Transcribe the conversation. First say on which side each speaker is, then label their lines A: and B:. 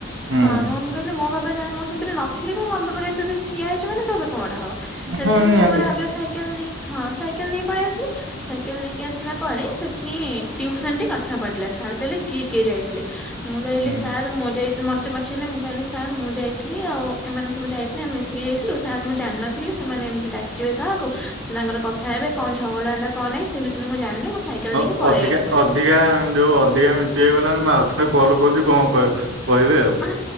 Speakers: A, on the right; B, in the centre.
A: ହୁଁ
B: ହଁ ମୋ ମୁଁ କହିଲି ମୋ ବାବା ଜାଣି ମୁଁ ସେଥିରେ ନଥିଲେ ବି ମୋ ବାବା କହିବେ ତୁ ସେଟ ଠିଆ ହେଇଚୁ ମାନେ ତୋ ବେକ ମୋଡା ହବ। ସେଥିପାଇଁ
A: ହଁ ନିହାତି
B: ମୁଁ ମୋର ଆଗେ ସାଇକେଲ ନେଇ ହଁ ସାଇକେଲ ନେଇ ପଳେଆସଲି ସାଇକେଲ ନେଇକି ଆସିଲା ପରେ ସେ ଠି ଟ୍ୟଉସନଟେ କଥା ପଢିଲା ସାର୍ କହିଲେ କିଏ କିଏ ଯାଇଥିଲେ ମୁଁ କହିଲି
A: ହୁଁ।
B: ସାର୍ ମୁଁ ଯାଇ ମତେ ପଚାରିଲେ ମୁଁ କହିଲି ସାର୍ ମୁଁ ଯାଇଥିଲି ଆଉ ଏମାନେ ସବୁ ଯାଇଥିଲେ ଆମେ ମିଶିକି ଯାଇଥିଲୁ ସାର୍ ମୁଁ ଜାଣିନଥିଲି ସେମାନେ ଏମତି ଡାକିବେ କାହାକୁ ସେ ତାଙ୍କର କଥା ହେବେ କଣ ଝଗଡା ହେଲା କଣ ନାହିଁ ସେ ବିଷୟରେ ମୁଁ ଜାଣିଲେ ମୁଁ ସାଇକେଲ
A: ଅ-ଅଧିକା
B: ନେଇକି ପଳେଇ ଆଇଲି।
A: ଅଧିକା ଯୋଉ ଅଧିକା ମିଣ୍ଟି ହେଇଗଲାଣି ମୁଁ ଆଉ ଥରେ କଲ୍ କରୁଚି କଣ କହିବ? କହିବେ ଆଉ।
B: ଆ